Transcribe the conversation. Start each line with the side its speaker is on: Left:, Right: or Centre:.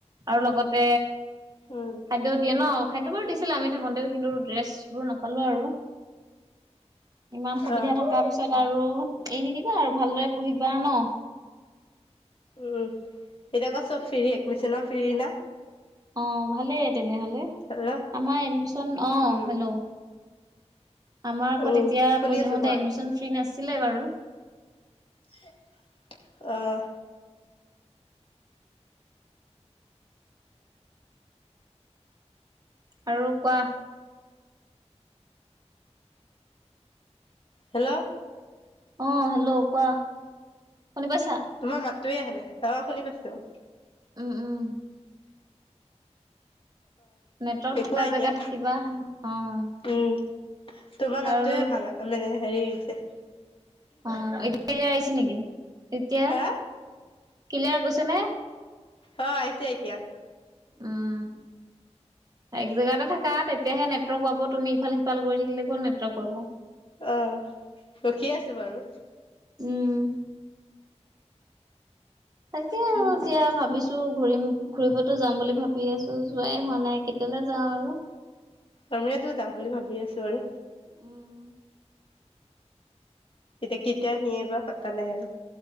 Right: আৰু লগতে
Left: উম,
Right: খাদ্য দিয়ে ন' খাদ্য বাৰু দিছিল আমি থাকোতেও কিন্তু ড্ৰেছ বোৰ নাপালো আৰু <inaudible> ইমান সুবিধা
Left: অ',
Right: থকাৰ পিছত আৰু এ নিদিবা আৰু ভালদৰে পঢ়িবা ন
Left: উম, এতিয়া ক চব ফ্ৰী এডমিচনৰ ফ্ৰী না
Right: অহ, ভালেই তেনেহলে
Left: হেল্ল'?
Right: আমাৰ এডমিচন অ'
Left: উম,
Right: হেল্ল', আমাৰ আক
Left: উম,
Right: তেতিয়া
Left: শুনি
Right: পঢ়ি
Left: আছো
Right: থাকোতে
Left: কোৱা।
Right: এডমিচন ফ্ৰী নাছিলে বাৰু।
Left: <inaudible> অহ
Right: আৰু কোৱা?
Left: হেল্ল',
Right: অহ, হেল্ল' কোৱা? শুনি পাইছা
Left: তোমাৰ মাতটোৱে আহা নাই অহ শুনি পাইছো।
Right: উম- উম নেটৱৰ্ক থকা
Left: কোৱা এতিয়া
Right: জেগাত থাকিবা অ',
Left: উম, তোমাৰ
Right: আৰু
Left: মাত টো ভাঙা মানে হেৰি হৈছে
Right: অহ, <unintelligible> আহিছে নেকি? তেতিয়া
Left: হা
Right: কিলিয়াৰ কৈছ নে?
Left: অহ, আহিছে এতিয়া।
Right: উম এক জেগাতে থাকা তেতিয়াহে নেটৱৰ্ক পাব তুমি ইফাল -সিফাল কৰি থাকিলে ক' ত নেটৱৰ্ক পাব।
Left: অহ, ৰখি আছো বাৰু।
Right: উম তাকে আৰু এতিয়া ভাবিছো ঘুৰিম ঘুৰিবতো যাম বুলি ভাবি আছো যোৱাই হোৱা নাই কেতিয়ালৈ যাওঁ আৰু
Left: অমীয়াতো যাম বুলি ভাবি আছো আৰু
Right: উম
Left: এতিয়া কেতিয়া নিয়ে বা পাতা নাই আৰু